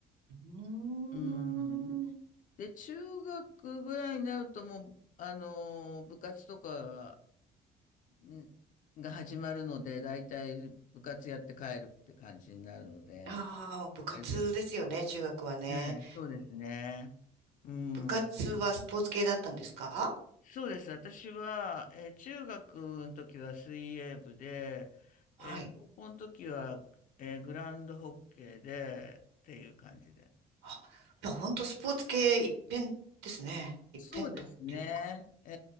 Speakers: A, on the right; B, on the left.
A: うー
B: うん。
A: ん
B: で、中学ぐらいになると、もう、あの、部活とかんが始まるので、大体部活やって帰るって感じになるので、
A: ああ、部活ですよね、
B: あれですけど、
A: 中学はね。
B: ええ、そうですね。うん。
A: 部活はスポーツ系だったんですか
B: そうです。私は、えー中学の時は水泳部で、
A: はい。
B: えー高校の時は、えーグランドホッケーでっていう感じで。
A: あ、まあ、本当スポーツ系一辺ですね。一辺倒っていうか。
B: そうですね。え